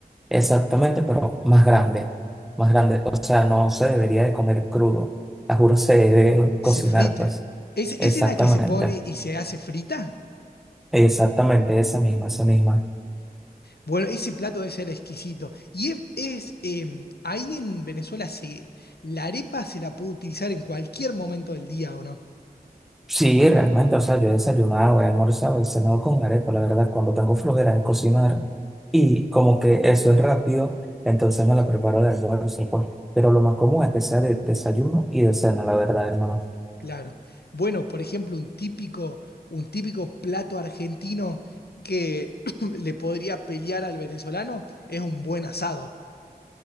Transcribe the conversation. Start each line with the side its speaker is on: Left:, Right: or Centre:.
Centre: Exactamente, pero más grande, más grande. O sea, no se debería de comer crudo. La juro se debe
Left: Se
Centre: cocinar,
Left: frite.
Centre: pues.
Left: ¿Es, esa
Centre: Exactamente,
Left: es la que se pone y se hace frita?
Centre: exactamente, esa misma, esa misma.
Left: Bueno, ese plato debe ser exquisito. Y es, es, em, ahí en Venezuela se, la arepa se la puede utilizar en cualquier momento del día, ¿o no?
Centre: Sí, realmente, o sea, yo he desayunado, he almorzado, he cenado con arepa, la verdad, cuando tengo flojera de cocinar y como que eso es rápido, entonces me la preparo de almuerzo, pues. Pero lo más común es que sea de desayuno y de cena, la verdad, hermano.
Left: Claro. Bueno, por ejemplo, un típico, un típico plato argentino que <clears throat> le podría pelear al venezolano es un buen asado.